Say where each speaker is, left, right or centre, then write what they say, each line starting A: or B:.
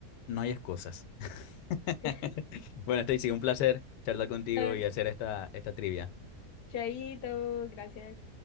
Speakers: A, on the left; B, on the left.
A: no hay excusas. <laughs>
B: <laughs>
A: Bueno, Stacy, un placer charlar contigo
B: Dale,
A: y hacer esta, esta trivia.
B: Chaito, gracias.